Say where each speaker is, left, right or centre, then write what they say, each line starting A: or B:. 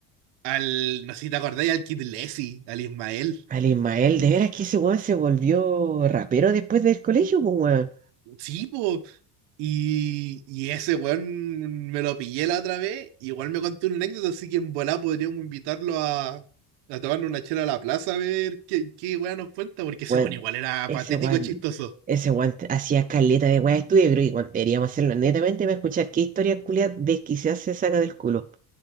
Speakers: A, on the right (about 70°); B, on the right (about 20°).
A: Al, no sé si te acordáis, al Kid Leslie, al Ismael.
B: Al Ismael, de veras que ese weón se volvió rapero después del colegio, pues weón.
A: Sí, po. Y, y ese weón me lo pillé la otra vez, igual me contó una anécdota, así que en volá podríamos invitarlo a, a tomarnos una chela a la plaza a ver qué, qué weón nos cuenta, porque ese
B: Weón,
A: weón igual era
B: ese
A: patético
B: weón,
A: chistoso.
B: ese weón t- hacía caleta de weá de estudio, creo que weón, deberíamos hacerlo netamente para escuchar qué historia culia desquiciada se saca del culo.